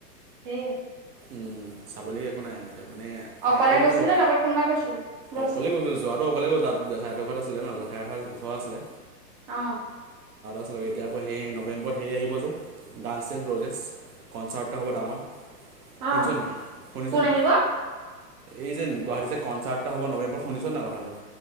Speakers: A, on the right; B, on the right.
A: হেই
B: উম, চাবলৈ একো নাই আৰু। তাৰ মানে
A: অকলে
B: আই পি এ
A: গৈছিল
B: চালো
A: নে লগত কোনোবা গৈছিলি গৈছিল
B: অকলে গৈছোঁ যোৱাটো অকলে গৈ তাত জেঠাইহঁতৰ ঘৰত আছে। আছিলে ন জাঠাইৰ ঘৰ আছিলে।
A: অ ',
B: তাৰপছ এতিয়াকৌ সেই নৱেম্বৰত সেই আহিব যে ডান্চে ৰজেছ। কনচাৰ্ট এটা হ'ব ডাঙৰ। শুনিছ
A: অ,
B: নাই শুনিছ
A: কোন
B: নাই
A: আহিব?
B: এই যে গুৱাহাটীতে কনচাৰ্টটা হব নৱেম্বৰৰত শুনিছ নাই কথাটো।